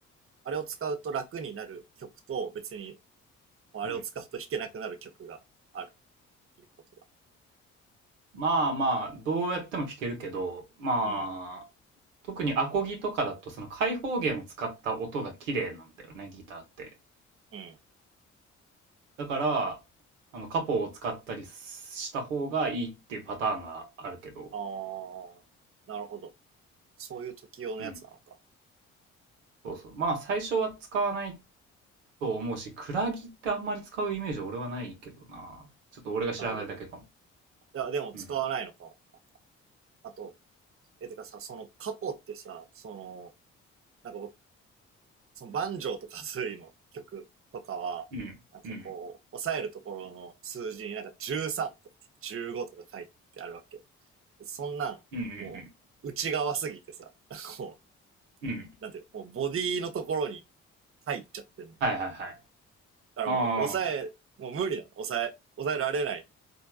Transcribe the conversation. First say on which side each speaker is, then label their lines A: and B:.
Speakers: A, on the right; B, on the right.
A: あれを使うと楽になる曲と、別に、あれを使うと弾けなくなる曲がある
B: うん。
A: っていうことだ。
B: まあまあ、どうやっても弾けるけど、まあ、
A: うん、
B: 特にアコギとかだとその開放弦を使った音が綺麗なんだよね、ギターって。
A: うん。
B: だから、あの、カポを使ったりした方がいいっていうパターンがあるけど、
A: ああ、なるほど。そういう時用のやつなのか。
B: うん、そうそう。まあ、最初は使わないと思うし、クラギってあんまり使うイメージ俺はないけどな。ちょっと俺が知らないだけかも。
A: なるほどね。いや、でも使わないのかも。
B: うん。
A: あと、え、てかさ、そのカポってさ、その、なんか僕、そのバンジョーとかズーイの曲とかは、
B: うん。
A: なんかこう、
B: うん。
A: 押さえるところの数字になんか13とか15とか書いてあるわけ。でそんなん、
B: うんうん
A: もう、内側すぎてさ、<laughs> こ
B: うん。うん。
A: う、なんていうの、もうボディのところに入っちゃってんの。だ
B: はいはいはい。
A: からもう、
B: ああ、
A: 抑え、もう無理なの。抑え、抑えられない